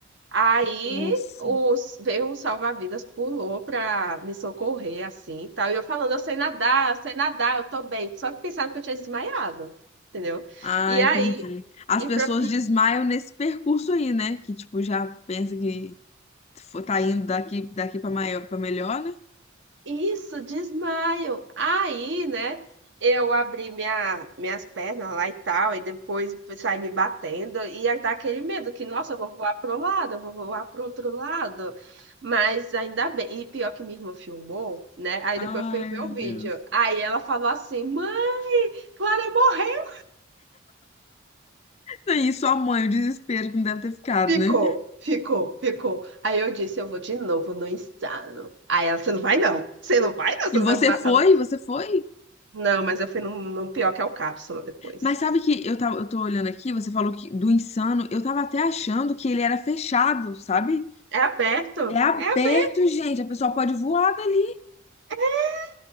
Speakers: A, on the right; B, on the left.
A: Aí
B: Nossa.
A: os, veio um salva-vidas, pulou pra me socorrer, assim, e tal. E eu falando, eu sei nadar, eu sei nadar, eu tô bem. Só que pensaram que eu tinha desmaiado, entendeu?
B: Ah,
A: E
B: entendi.
A: aí,
B: As
A: e
B: pessoas
A: pra...
B: desmaiam nesse percurso aí, né? Que, tipo, já pensa que Fo- Tá indo daqui, daqui pra maior, pra melhor, né?
A: Isso, desmaio. Aí, né, eu abri minha, minhas pernas lá e tal, e depois saí me batendo, e aí dá aquele medo que, nossa, eu vou voar pro lado, eu vou voar pro outro lado. Mas ainda bem, e pior que minha irmã filmou, né, aí
B: Ai,
A: depois eu fui ver
B: meu
A: o vídeo.
B: Deus.
A: Aí ela falou assim, mãe, Clara morreu.
B: E sua mãe, o desespero que não deve ter ficado,
A: Ficou,
B: né?
A: ficou, ficou. Aí eu disse, eu vou de novo no insano. Aí ela, você não vai não, você não vai não,
B: E
A: você
B: você
A: não vai me matar
B: foi,
A: no
B: você foi?
A: Não, mas eu fui num, num pior que é o Cápsula depois.
B: Mas sabe que eu tava, eu tô olhando aqui, você falou que do Insano, eu tava até achando que ele era fechado, sabe?
A: É aberto?
B: É aberto,
A: É aberto.
B: gente, a pessoa pode voar dali.
A: É.